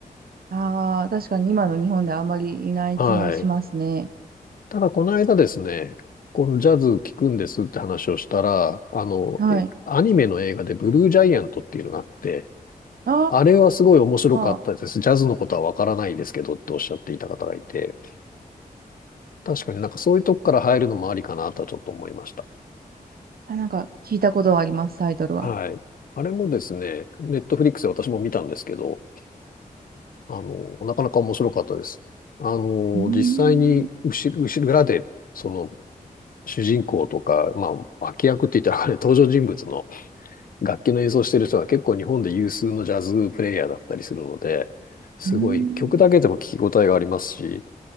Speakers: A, on the right; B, on the left.
A: ああー、確かに今の日本ではあまりいない気はしますね。
B: はい。ただ、この間ですね、このジャズ聴くんですって話をしたら、あの、
A: はい。
B: えアニメの映画でブルージャイアントっていうのがあって、
A: あ
B: あれはすごい面白かったです。
A: ー
B: ジャズのことはわからないですけどっておっしゃっていた方がいて、確かになんかそういうとこから入るのもありかなとはちょっと思いました。
A: あ、なんか聞いたことはあります、タイトルは。
B: はい。あれもですね、ネットフリックスで私も見たんですけど、あの、なかなか面白かったです。あの、
A: うー
B: 実際に後ろ、
A: ん。
B: 後ろ裏で、その、主人公とか、まあ、脇役って言ったらあれ、登場人物の楽器の演奏してる人が結構日本で有数のジャズプレイヤーだったりするので、すごい曲だけでも聞き応えがありますし、
A: うーん。